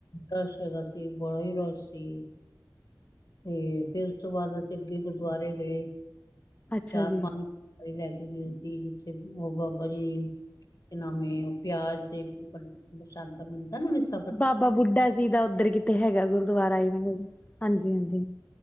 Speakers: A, on the left; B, on the left.
A: ਰਸ਼ ਹੈ ਗਾ ਸੀ ਬੜਾ ਈ ਰਸ਼ ਸੀ। ਤੇ ਫੇਰ ਉਸ ਤੋਂ ਬਾਅਦ ਅਸੀਂ ਅੱਗੇ ਗੁਰਦੁਆਰੇ ਗਏ,
B: ਅੱਛਾ
A: ਚਾਰ-ਪੰਜ
B: ਜੀ
A: ਲੈ ਕੇ ਗਏ ਸੀ ਉੱਥੇ ਉਹ ਬਾਬਾ ਜੀ। ਕੀ ਨਾਮ ਏ ਉਹ ਪਿਆਜ ਤੇ ਪਰ ਪਰਸ਼ਾਦਾ ਮਿਲਦਾ ਨੀ ਓਸ
B: ਬਾਬਾ ਬੁੱਢਾ ਜੀ ਦਾ ਉੱਧਰ ਕਿਤੇ ਹੈਗਾ ਗੁਰਦੁਆਰਾ ਇਨਾ ਦੇ ਵੀ ਹਾਂਜੀ- ਹਾਂਜੀ।